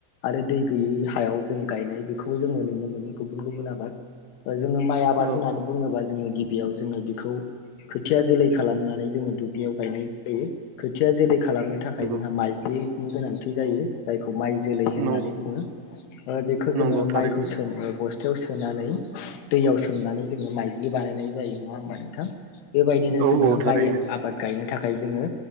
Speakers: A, on the left; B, on the right.
A: आरो दै गैयै हायाव जों गायनाय बेखौबो जोङो नुनो मोनो गुबुन गुबुन आबाद जोङो माइ आबाद
B: औ
A: होननानै
B: औ
A: बुङोबा जोङो गिबियाव जोङो बेखौ खोथिया जोलै खालामनानै जोङो दुब्लियाव गायनाय जायो। खोथिया जोलै खालामनो थाखाय
B: नंगौ
A: जोंहा माइज्लि नि गोनांथि जायो जायखौ माइ जोलै होननानै
B: नंगौ
A: बुङो ओ बेखौ
B: नंगौ
A: जोङो
B: थारैनो
A: माइखौ सोम बस <unintelligible> सोनानै दैयाव सोमनानै जोङो माइज्लि बानायनाय जायो नङा होमबा नोंथां। बेबायदिनो
B: औ
A: जोङो
B: औ थारैनो
A: माइ आबाद गायनो थाखाय जोङो